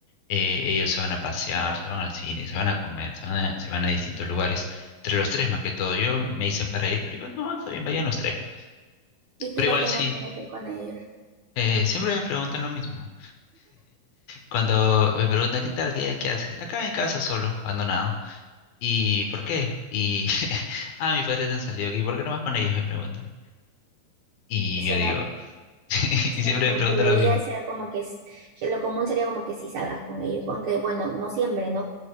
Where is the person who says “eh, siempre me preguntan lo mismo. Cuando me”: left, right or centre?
Left